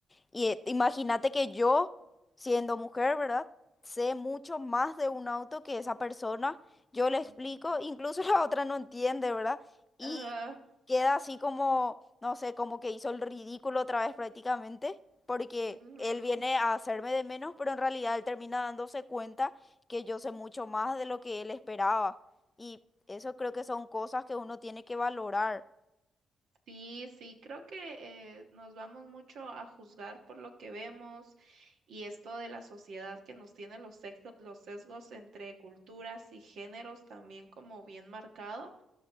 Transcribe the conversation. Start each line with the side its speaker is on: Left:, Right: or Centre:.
Left: Y eh, imagínate que yo, siendo mujer, ¿verdad? Sé mucho más de un auto que esa persona. Yo le
Right: ujú.
Left: explico, incluso <laughs> la otra no entiende, ¿verdad? Y
Right: Ah,
Left: queda así como, no sé, como que hizo el ridículo otra vez prácticamente, porque
Right: ujú.
Left: él viene a hacerme de menos, pero en realidad él termina dándose cuenta que yo sé mucho más de lo que él esperaba. Y eso creo que son cosas que uno tiene que valorar.
Right: Sí, sí, creo que eh, nos vamos mucho a juzgar por lo que vemos y esto de la sociedad que nos tiene los sexo- los sesgos entre culturas y géneros también como bien marcado.